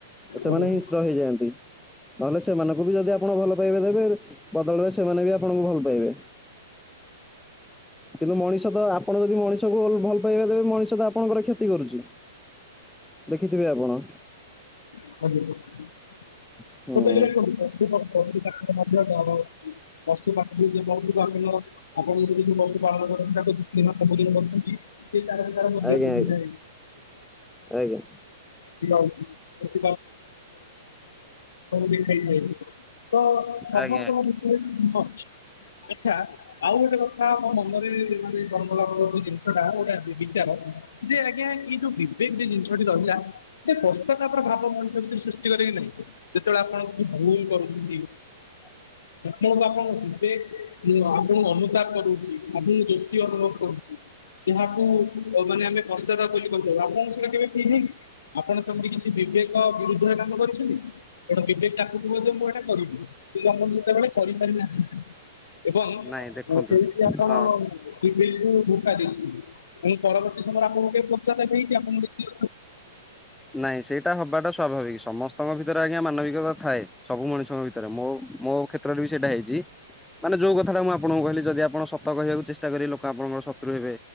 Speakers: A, in the centre; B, on the left.
A: ସେମାନେ
B: ଆଜ୍ଞା
A: ହିଂସ୍ର ହେଇଯାଆନ୍ତି ନହେଲେ ସେମାନଙ୍କୁ ବି ଯଦି ଆପଣ ଭଲ ପାଇବା ଦେବେ ବଦଳରେ ସେମାନେ ବି ଆପଣଙ୍କୁ ଭଲ ପାଇବେ। କିନ୍ତୁ ମଣିଷ ତ ଆପଣ ଯଦି ମଣିଷକୁ ଭଲ ପାଇବା ଦେବେ ମଣିଷ ତ ଆପଣଙ୍କର କ୍ଷ ତି କରୁଛି ଦେଖିଥିବେ ଆପଣ?
B: <unintelligible> ପଶୁ ପାଖକୁ। <unintelligible>
A: ହୁଁ
B: ଆପଣ ଯଦି କିଛି ପଶୁ ପାଳନ କରୁଛନ୍ତି ତାକୁ ସ୍ନେହ ସବୁଦିନ କରୁଛନ୍ତି। ସେ ତାର ବି ତାର ମୂଲ୍ୟ
A: ଆଜ୍ଞା
B: ବୁଝୁନାହିଁ।
A: ଆଜ୍ଞା ଆଜ୍ଞା
B: <unintelligible> <unintelligible> ଦେଖାଇ ଥିଲେ ତ ସମସ୍ତଙ୍କ
A: ଆଜ୍ଞା
B: ଭି <unintelligible> ଆଛା। ଆଉ ଗୋଟେ କଥା ମୋ ମନରେ ମାନେ କର୍ମଲାଭ ଯୋଉ ଜିନିଷଟା ଗୋଟେ ବିଚାର ଯେ ଆଜ୍ଞା ଏଇ ଯୋଉ ବିବେକ ଯୋ ଜିନିଷଟି ରହିଲା ଏଟା କ <unintelligible> ଭାବ ମଣିଷ ଭିତରେ ସୃଷ୍ଟି କରେକି ନାହିଁ ଯେତେବେଳେ ଆପଣ କିଛି ଭୁଲ କରୁଛନ୍ତି।
A: <inaudible>
B: ଆପଣଙ୍କୁ ଆପଣଙ୍କ ବିବେକ ଆପଣଙ୍କୁ ଅନୁତାପ କରୁଚି ଆପଣଙ୍କୁ ଦୋଷୀ ଅନୁଭବ କରୁଚି। ଯାହାକୁ ମାନେ ଆମେ ପଶ୍ଚାତାପ ବୋଲି କହିଥାଉ ଆପଣଙ୍କୁ ସେଇଟା କେବେ ଫିଲ୍ ହେଇଛି ଆପଣ କିଛି ବିବେକ ବିରୁଦ୍ଧରେ କାମ କରିଛନ୍ତି ଆପଣ ବିବେକ ଡାକୁଥିବ ଯେ ମୁଁ ଏଇଟା କରିବୁ କିନ୍ତୁ ଆପଣ ସେତେବେଳେ କରିପାରିନାହାନ୍ତି ଏବଂ
A: ନାଇଁ ଦେଖନ୍ତୁ
B: କେମିତି ଆପଣ
A: ହଁ
B: ବିବେକକୁ ଧୋକା ଦେଇଛନ୍ତି ଏବଂ ପରବର୍ତ୍ତୀ ସମୟରେ ଆପଣଙ୍କୁ କେବେ ପଶ୍ଚାତାପ ହେଇଛି ଆପଣଙ୍କୁ
A: ନାଇଁ ସେଇଟା ହବାଟା ସ୍ୱାଭାବିକ ସମସ୍ତଙ୍କ ଭିତରେ ଆଜ୍ଞା ମାନବିକତା ଥାଏ ସବୁ ମଣିଷଙ୍କ ଭିତରେ ମୋ ମୋ ଖେ ତ୍ରରେ ବି ସେଇଟା ହେଇଚି। ମାନେ ଯୋଉ କଥାଟା ମୁଁ ଆପଣଙ୍କୁ କହିଲି ଯଦି ଆପଣ ସତ କହିବାକୁ ଚେଷ୍ଟା କରିବେ ଲୋକ ଆପଣଙ୍କର ଶତ୍ରୁ ହେବେ।